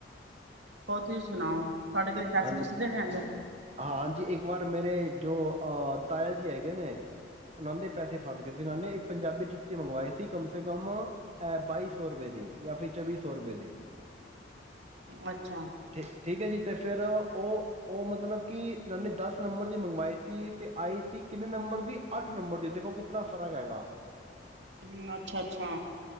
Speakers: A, on the right; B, on the right.
A: ਹੋਰ ਤੁਸੀਂ ਸੁਣਾਓ। ਕਦੇ ਪੈਸੇ
B: ਹਾਂਜੀ।
A: ਫਸਦੇ ਨੇ ਇੰਝ
B: ਹਾਂ ਹਾਂਜੀ। ਇੱਕ ਵਾਰ ਮੇਰੇ। ਜੋ ਤਾਇਆ ਜੀ ਹੈਗੇ ਨੇ। ਕ ਉਹਨਾਂ ਦੇ ਪੈਸੇ ਫਸ ਗਏ ਉਹਨਾਂ ਨੇ ਇੱਕ ਪੰਜਾਬੀ ਜੁੱਤੀ ਮੰਗਵਾਈ ਸੀ ਕਮ ਸੇ ਕਮ ਅਹ ਬਾਈ ਸੌ ਰੁਪਏ ਦੀ ਜਾਂ ਫਿਰ ਚੌਵੀ ਸੌ ਰੁਪਏ ਦੀ।
A: ਅੱਛਾ
B: ਠੀ ਠੀਕ ਹੈ। ਜੀ ਤੇ- ਫਿਰ ਉਹ ਮਤਲਬ ਕਿ ਦਸ ਨੰਬਰ ਦੀ ਮੰਗਵਾਏ ਸੀ ਤੇ ਆਈ ਸੀ ਕਿੰਨੇ ਨੰਬਰ ਦੀ ਅੱਠ ਨੰਬਰ ਦੇ ਦੇਖੋ ਕਿਤਨਾ ਫਰਕ ਹੈਗਾ
A: ਹਮ ਅੱਛਾ, ਅੱਛਾ।